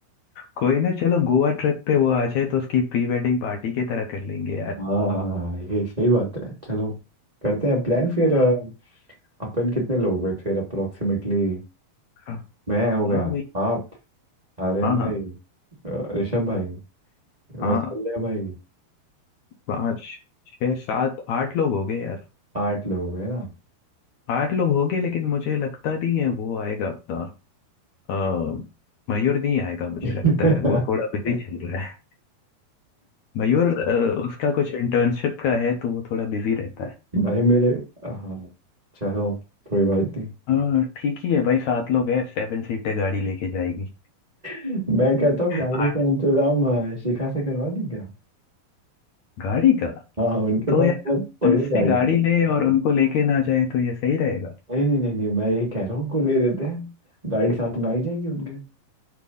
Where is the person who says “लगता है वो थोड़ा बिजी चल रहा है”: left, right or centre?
Left